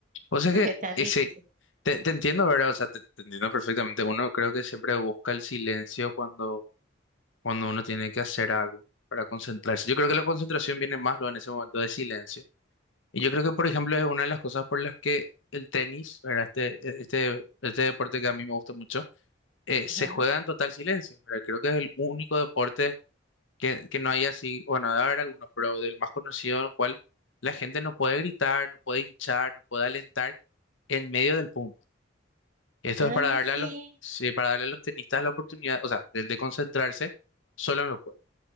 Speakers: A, on the left; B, on the right.
A: O sea
B: Porque
A: que,
B: es tan
A: eh,
B: difícil.
A: sí, te, te entiendo, ¿verdad? O sea, te, te entiendo perfectamente. Uno creo que siempre busca el silencio cuando, cuando uno tiene que hacer algo para concentrarse. Yo creo que la concentración viene más luego en ese momento de silencio Y yo creo que, por ejemplo, es una de las cosas por las que el tenis, ¿verdad? Este, e, este, este deporte que a mí me gusta mucho, eh, se
B: Ajá.
A: juega en total silencio, ¿verdad? Creo que es el único deporte que, que no hay así, bueno, debe haber algunos, pero del más conocido en el cual la gente no puede gritar, no puede hinchar, no puede alentar en medio del punto. Esto
B: Ay,
A: es para darle
B: sí.
A: a los, sí, para darle a los tenistas la oportunidad, o sea, del de concentrarse solo en los juegos